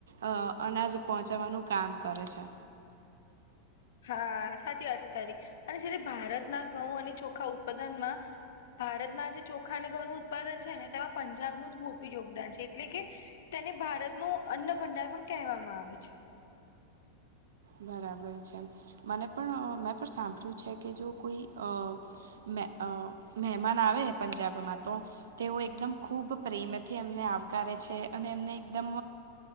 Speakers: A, on the right (about 85°); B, on the left (about 75°).
A: અ અનાજ પહોંચાવાનું કામ કરે છે.
B: હા સાચી વાત છે તારી અને છે ને ભારતના ઘઉં અને ચોખા ઉત્પાદનમાં ભારતમાં જે ચોખા અને ઘઉંનું ઉત્પાદન છે ને તેમાં પંજાબનું જ મોટું યોગદાન છે એટલે કે તેને ભારતનો અન્ન ભંડાર પણ કહેવામાં આવે છે.
A: બરાબર છે મને પણ મેં પણ સાંભળ્યું છે કે જો કોઈ અ મે અ મહેમાન આવે પંજાબમાં તો તેઓ એકદમ ખૂબ પ્રેમથી એમને આવકારે છે અને એમને એકદમ